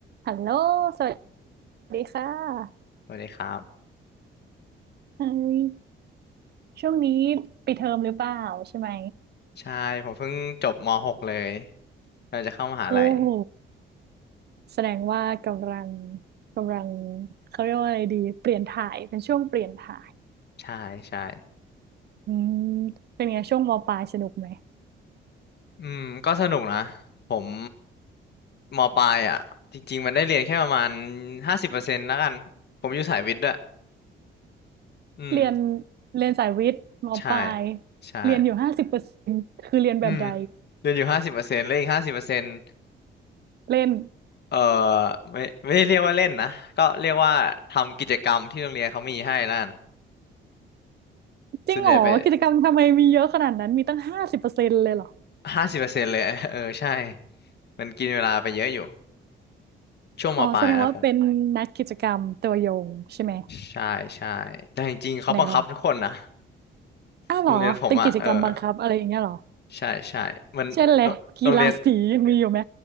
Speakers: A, on the right; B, on the left.
A: ฮัลโหลสวัสดีค่ะ
B: สวัสดีครับ
A: เอ้ยช่วงนี้ปิดเทอมหรือเปล่าใช่ไหม
B: ใช่ผมเพิ่งจบม .6 เลยกำลังจะเข้ามหาลัย
A: โอ้โหแสดงว่ากำลังกำลังเขาเรียกว่าอะไรดี เปลี่ยนถ่ายเป็นช่วงเปลี่ยนถ่าย
B: ใช่ใช่
A: อืมเป็นไงช่วงมปลายสนุกไหม
B: อืมก็สนุกนะผมมปลายอ่ะจริงๆมันได้เรียนแค่ประมาณห้าสิบเปอร์เซ็นต์แล้วกันผมอยู่สายวิทย์ด้วยอืม
A: เรียนเรียนสายวิทย์มปลาย
B: ใช่ใช่
A: เรียนอยู่ห้าสิบเปอร์เซ็นต์คือเรียนแบบใด
B: อืมเรียนอยู่ห้าสิบเปอร์เซ็นต์แล้วอีกห้าสิบเปอร์เซ็นต์
A: เล่น
B: เอ่อไม่ไม่ได้เรียกว่าเล่นนะก็เรียกว่าทำกิจกรรมที่โรงเรียนเขามีให้แล้กัน
A: จริงเหรอกิจกรรมทำไมมีเยอะขนาดนั้น
B: ส่วนใหญ่ไป
A: มีตั้งห้าสิบเปอร์เซ็นต์เลยเหรอ
B: ห้าสิบเปอร์เซ็นต์เลย <laughs> เออใช่มันกินเวลาไปเยอะอยู่ ช่วงมปลายนะผม
A: อ๋อแสดงว่าเป็นนักกิจกรรมตัวยงใช่ไหม
B: ใช่ใช่แต่จริงๆเขาบังคับทุกคนนะ
A: แนว อ้าวเหรอเป็นกิจกรรมบังคับอะไรอย่างเงี้ยเหรอ
B: โรงเรียนผมอ่ะเออใช่ใช่มันโรโรงเรียน
A: เช่นเลยกีฬาสียังมีอยู่ไหม